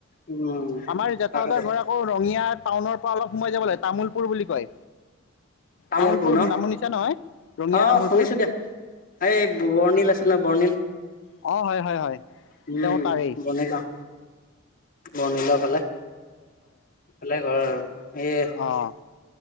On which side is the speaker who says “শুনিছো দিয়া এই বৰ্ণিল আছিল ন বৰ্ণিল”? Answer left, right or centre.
Left